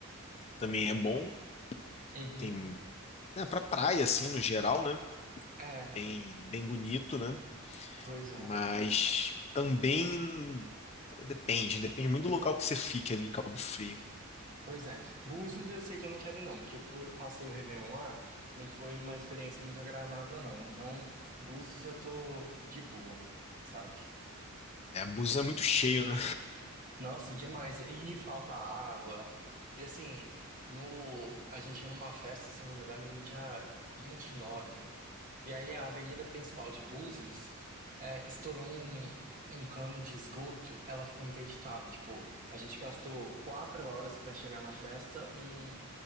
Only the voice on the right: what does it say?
Uhum.
É,
pois é.
Pois é. Búzios eu sei que eu não quero ir, não, porque eu fui- passei o Réveillon lá, não foi uma experiência muito agradável, não. Então, Búzios eu tô de boa, sabe?
Nossa, demais. E falta água. E assim, no, a gente ia numa festa, se eu não me engano, no dia 29. E aí a avenida principal de Búzios é, estourou um, um cano de esgoto, ela ficou interditada. Tipo, a gente gastou quatro horas para chegar na festa, um,